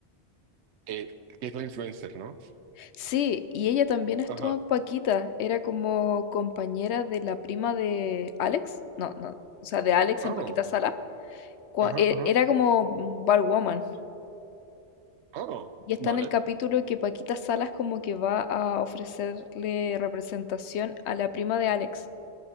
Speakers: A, on the right; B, on the left.
A: Eh, que es la influencer, ¿no?
B: Sí, y ella también estuvo
A: Ajá.
B: en Paquita, era como compañera de la prima de Alex, no, no, o sea, de Alex
A: Oh,
B: en Paquita Sala, cua-
A: ajá,
B: e-
A: ajá.
B: era como mm, barwoman,
A: Oh,
B: y está
A: vale.
B: en el capítulo que Paquita Salas como que va a ofrecerle representación a la prima de Alex.